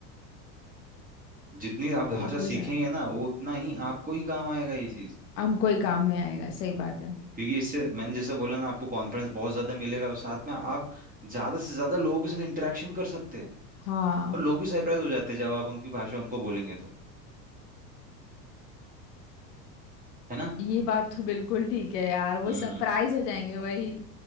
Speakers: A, on the right; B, on the left.
A: जितनी आप
B: बिल्कुल
A: भाषा सीखेंगे
B: यार
A: ना वो उतना ही आपको ही काम आएगा ये चीज
B: हमको ही काम में आएगा सही बात है
A: क्योंकि इससे मैंने जैसा बोला ना आपको कॉन्फिडेंस बहुत ज्यादा मिलेगा और साथ में आप ज्यादा से ज्यादा लोगों के साथ इंटरेक्शन कर सकते हैं
B: हाँ
A: और लोग भी सरप्राइज हो जाते हैं जब आप उनकी भाषा उनको बोलेंगे तो है ना
B: ये बात तो बिल्कुल ठीक है यार वो
A: हम्म
B: सरप्राइज हो जाएंगे वही